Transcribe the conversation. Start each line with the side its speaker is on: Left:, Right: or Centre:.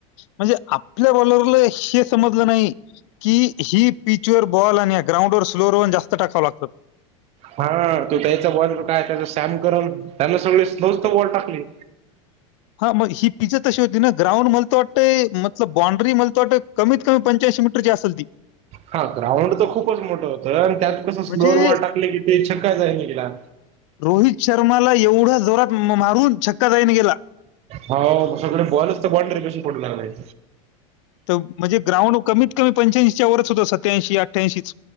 Left: म्हणजे आपल्या बॉलरला हे समजल नाही. की ही पिचवर बॉल आणि या ग्राउंड वर स्लोवर राहून जास्त टाकाव लागतात.
Right: हा तो त्या याचा बॉल काय त्याचा सॅम करून त्यांना सगळी स्लोज तर बॉल टाकली.
Left: हा मग ही पिच तशी होती ना, ग्राउंड मला त वाटतय मतल बाउंडरी ममला तर वाटतय. कमीत कमी पंच्याऐंशी मीटरची असल ती.
Right: हा ग्राउंड तर खूपच मोठ होत आणि त्यात कस
Left: म्हणजे
Right: स्लोर बॉल टाकल की, ते छक्का जाई निघला.
Left: रोहित शर्माला एवढ्या जोरात मारून छक्का जाईन गेला.
Right: हो सगळे बॉलच तर बॉनडरी बशी पडू लागलेय.
Left: तर म्हणजे ग्राउंड कमीत कमी पंच्याऐंशीच्या वरच होत सत्याऐंशी अठ्ठ्याऐंशीच.